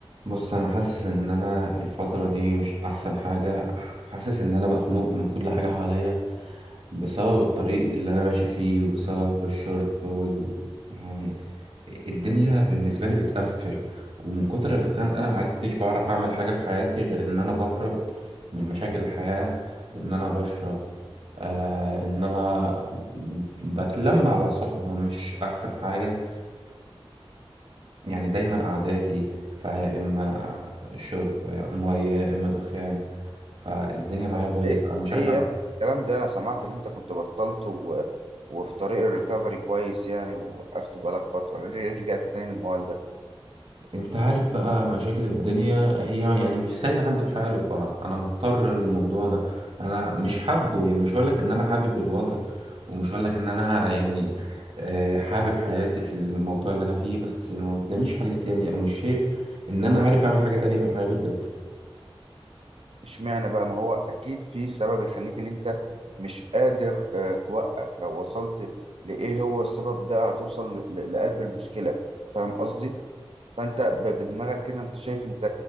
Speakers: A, on the right; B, on the right.
A: بص انا حاسس ان انا الفتره دي مش احسن حاجه حاسس ان انا مخنوق من كل حاجه حواليا بسبب الطريق اللي انا ماشي فيه وبسبب الشرب وال... يعني الدنيا بالنسبه لي بتقفل ومن كتر الخنقه ما عدتش بعرف اعمل حاجه في حياتي غير ان انا بهرب من مشاكل الحياه بان انا بشرب آه ان انا بتلم على صحبه مش احسن حاجه يعني دايما قعداتي فيا إما شرب مية يا إما دخان فالدنيا معايا
B: طب
A: بايظة
B: ليه
A: أنا مش
B: ليه
A: عارف فاهم
B: يا ابني الكلام ده انا سمعت ان انت كنت بطلت و... وفي طريق الريكفري كويس يعني ووقفت بقالك فترة ليه رجعت تاني للموال ده
A: أنت عارف بقى مشاكل الدنيا هي يعني مش سايبة حد في حاله فأنا مضطر للموضوع ده أنا مش حابه يعني مش هقولك إن أنا حابب الوضع ومش هقولك إن أنا يعني آه، حابب حياتي في الموضوع اللي أنا فيه بس ما قداميش حل تاني أو مش شايف إن أنا عارف أعمل حاجة تانية في الحياة غير كده
B: اشمعنى بقى ما هو اكيد في سبب يخليك ان انت مش قادر آه، توقف لو وصلت لايه هو السبب ده هتوصل ل- ل- لقلب المشكلة فاهم قصدي فانت ب- بدماغك كده انت شايف انت